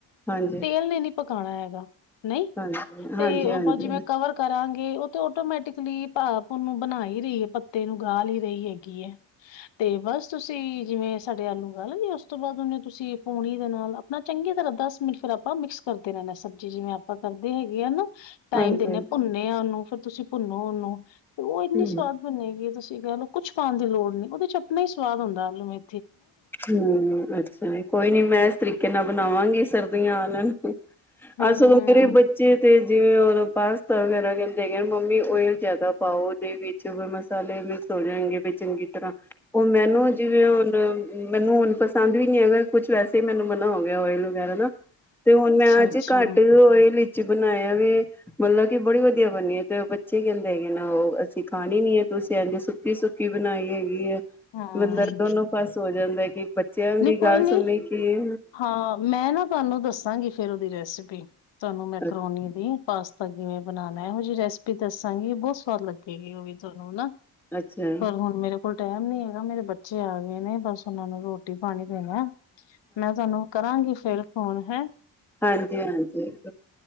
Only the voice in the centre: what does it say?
ਹਾਂਜੀ
ਹਾਂਜੀ
ਹਾਂਜੀ
ਹਾਂਜੀ
ਹਮ
ਹੂੰ, ਅੱਛਾ ਕੋਈ ਨੀ ਮੈਂ ਇਸ ਤਰੀਕੇ ਕਿਹਨਾ ਬਣਾਵਾਂਗੇ ਸਰਦੀਆਂ ਆਲਨ।
ਅਸਲ
ਮੇਰੇ ਬੱਚੇ ਤੇ ਜਿਵੇਂ ਪਾਸਤਾ ਵਗੈਰਾ ਕਹਿੰਦੇ ਹੈਗੇ ਮੰਮੀ ਓਇਲ ਜਿਆਦਾ ਪਾਓ ਉਹਦੇ ਵਿੱਚ ਮਸਾਲੇ ਮਿਕਸ ਹੋ ਜਾਣਗੇ ਵੀ ਚੰਗੀ ਤਰ੍ਹਾਂ। ਉਹ ਮੈਨੂੰ ਜਿਵੇਂ ਹੁਣ ਮੈਨੂੰ ਹੁਣ ਪਸੰਦ ਵੀ ਨੀ ਹੈਗਾ ਕੁਛ ਵੈਸੇ ਮੈਨੂੰ ਮਨਾ ਹੋਵੇ। ਓਇਲ ਵਗੈਰਾ ਦਾ ਤੇ ਹੁਣ
ਮੈਂ ਅੱਜ
ਘੱਟ ਓਇਲ ਬਣਾਇਆ ਵ ਮਤਲਬ ਕਿ ਬੜੀ ਵਧੀਆ ਬਣਨੀਏ ਤੇ ਬੱਚੇ ਕਹਿੰਦੇ ਹੈਗੇ ਨਾ ਉਹ ਅਸੀਂ ਖਾਣੀ ਨੀ ਹੈ ਤੁਸੀਂ ਇਹਦੇ ਸੁੱਕੀ-ਸੁੱਕੀ ਬਣਾਈ ਹੈਗੀ ਹੈ
ਬਲਬ ਦੋਨੋ ਪਾਸੇ <inaudible> ਕਿ ਬੱਚਿਆਂ
ਦੀ
ਗੱਲ
ਸੁਣੀ ਕਿ
ਅੱਛਾ
ਅੱਛਾ
ਹਾਂਜੀ-ਹਾਂਜੀ